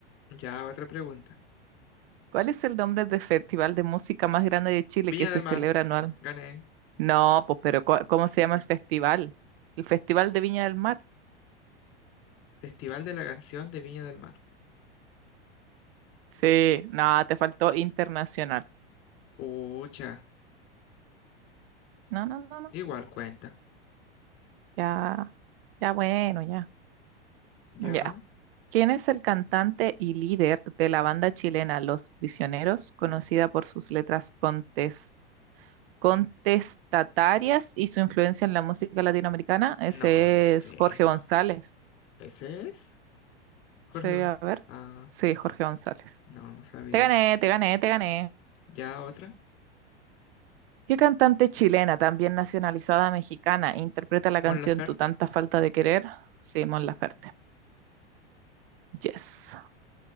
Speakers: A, on the left (about 45°); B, on the right (about 60°).
A: Ya, otra pregunta.
B: ¿Cuál es el nombre del festival de música más grande de Chile
A: Viña
B: que se
A: del
B: celebra
A: Mar,
B: anual?
A: gané.
B: No, pues, pero ¿cu- ¿cómo se llama el festival? El Festival de Viña del Mar.
A: Festival de la Canción de Viña del Mar.
B: Sí, no, te faltó internacional.
A: Pucha,
B: No, no, no, no.
A: igual cuenta.
B: Ya, ya bueno, ya.
A: Ya.
B: Ya. ¿Quién es el cantante y líder de la banda chilena Los Prisioneros, conocida por sus letras contes- contestatarias y su influencia en la música latinoamericana? Ese
A: No, no sé,
B: es Jorge
A: no.
B: González.
A: ¿Ese es? Jorge
B: Sí, a
A: González.
B: ver.
A: Ah,
B: Sí, Jorge González.
A: No, no sabía.
B: Te gané, te gané, te gané.
A: ¿Ya otra?
B: ¿Qué cantante chilena, también nacionalizada mexicana, interpreta la
A: Mon
B: canción
A: Laferte.
B: Tu tanta falta de querer? Simón Laferte. Yes.